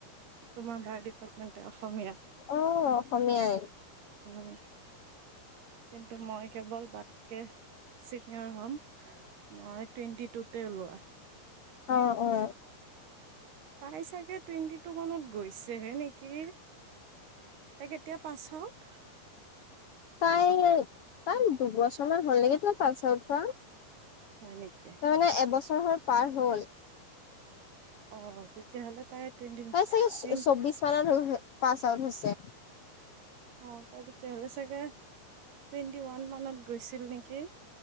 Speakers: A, on the right; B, on the left.
A: তোমাৰ বায়' ডিপাৰ্টমেণ্টৰ অসমীয়া?
B: অহ, অসমীয়াই।
A: উম, কিন্তু মই কেৱল বাতকে চিনিয়ৰ হ'ম মই টুৱেণ্টি টুতে ওলোৱা।
B: অহ, অ।
A: টাই চাগে টুৱেণ্টি টু মানত গৈছেহে নেকি? তাই কেতিয়া পাচ আউট?
B: তাই তাই দুবছৰ হ'লে <unintelligible> পাচ আউটচ হোৱা।
A: হয় নেকি
B: তাইমানে এবছৰ হৈ পাৰ হ'ল।
A: অ, তেতিয়াহ'লে তাই টুৱেণ্টি
B: তাই চাগে
A: টুৱেণ্টি
B: চৌ চৌবিশ মানত পাছ আউট হৈছে।
A: অ', তাই তেতিয়াহ'লে চাগে টুৱেন্টি ওৱান মানত গৈছিল নেকি?